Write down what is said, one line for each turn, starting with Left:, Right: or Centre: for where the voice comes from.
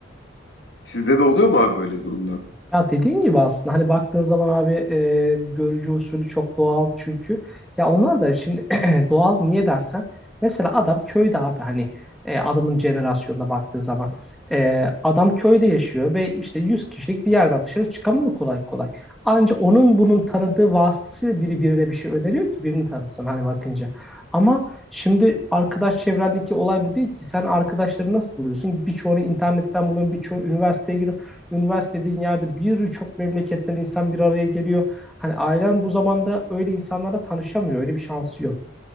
Left: Sizde de oluyor mu abi böyle durumlar?
Centre: Ya dediğin gibi aslında hani baktığın zaman abi e, görücü usulü çok doğal çünkü ya onlar da şimdi <clears throat> doğal niye dersen mesela adam köyde abi hani e, adamın jenerasyonuna baktığı zaman e, adam köyde yaşıyor ve işte 100 kişilik bir yerden dışarı çıkamıyor kolay kolay. Anca onun bunun tanıdığı vasıtasıyla biri birine bir şey öneriyor ki birini tanısın hani bakınca. Ama şimdi arkadaş çevrendeki olay bu değil ki. Sen arkadaşları nasıl buluyorsun? Birçoğunu internetten buluyorsun, birçoğu üniversiteye giriyor. Üniversite dediğin yerde birçok memleketten insan bir araya geliyor. Hani ailen bu zamanda öyle insanlara tanışamıyor. Öyle bir şansı yok.